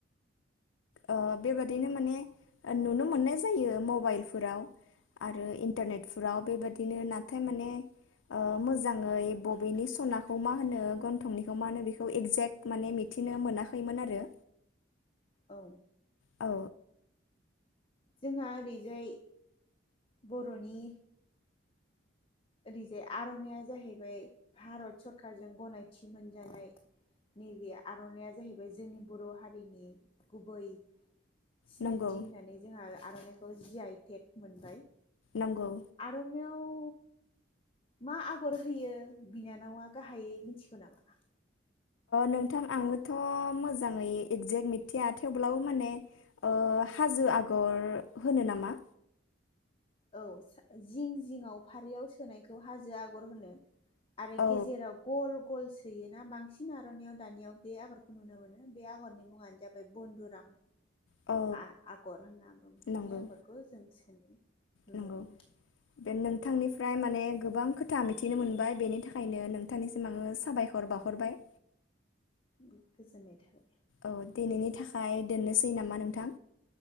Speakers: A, on the left; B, on the left.
A: ओ बेबादिनो माने नुनो मोननाय जायो मबाइलफोराव आरो इन्टारनेटफोराव बेबादिनो नाथाय माने ओ मोजाङै बबेनि सनाखौ मा होनो गन्थंनिखौ मा होनो बेखौ एगजेक्ट माने मिथिनो मोनाखैमोन आरो
B: औ
A: औ
B: जोंहा ओरैजाय बर'नि ओरैजाय आर'नाइया जाहैबाय भारत सरकारजों गनायथि मोनजानाय नैबे आर'नाइया जाहैबाय जोंनि बर' हारिनि गुबै सिनायथि
A: नंगौ
B: होननानै जोंहा आर'नाइ बेखौ जि आइ टेक मोनबाय।
A: नंगौ
B: आर'नायाव मा आगर होयो बिनानावा गाहायै मिथिगौ नामा?
A: नोंथां आङोथ' मोजाङै एक्जेक्ट मिथिया थेवब्लाबो माने ओ हाजो आगर होनो नामा?
B: औ जिं जिङआव फारियाव सोनायखौ हाजो आगर होनो। आरो
A: औ
B: गेजेराव गल गल सोयोना बांसिन आर'नानायइाव दानियाव बे आगरखौ नुनो मोनो बे आगरनि मुङानो जाबाय बन्द आं
A: औ
B: आगर
A: नंगौ
B: बे आगरखौ जों <inaudible> नुनो
A: नंगौ
B: मोनो
A: बे नोंथांनिफ्राय माने गोबां खोथ खुथा मिथिनो मोनबाय बेनि थाखायनो नोंथांनिसिम आङो साबायखर बाहरबाय।
B: गोजोननाय थाबाय
A: औ दिनैनि थाखाय दोननोसै नामा नोंथां?